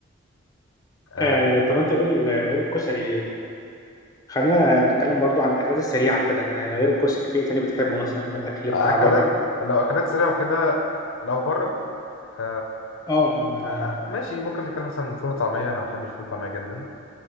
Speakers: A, on the left; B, on the left.
A: آه،
B: آه طب انت غير ال- غير الكشري خلينا نتكلم برضو عن الاكلات السريعة كده آه غير الكشري في ايه تاني بتحبه مثلا من الاكل
A: اكلات
B: بتاع بره
A: لو اكلات سريعه وكده لو بره ف
B: اه آه،
A: آه،
B: يعني
A: ماشي ممكن نتكلم مثلا فول وطعميه انا بحب الفول والطعميه جدا